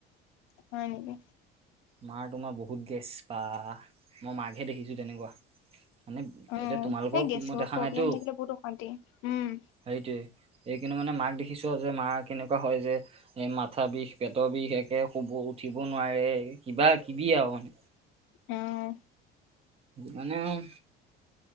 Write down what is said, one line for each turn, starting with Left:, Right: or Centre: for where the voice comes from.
Left: হয় নেকি?
Right: মাৰ তোমাৰ বহুত গেছ বা মই মাকহে দেখিছোঁ তেনেকুৱা। মানে
Left: অ
Right: এতিয়া তোমালোকক
Left: এই গেছৰ
Right: মই দেখা
Left: প্ৰব্লেম
Right: নাইতো
Left: থাকিলে বহুত অশান্তি উম
Right: সেইটোৱে, এই কিন্তু মানে মাক দেখিছো যে মা কেনেকুৱা হয় যে এ মাথা বিষ পেটৰ বিষ একে শুব উঠিব নোৱাৰে কিবা কিবি আৰু মানে
Left: অ',
Right: মানে আউ‌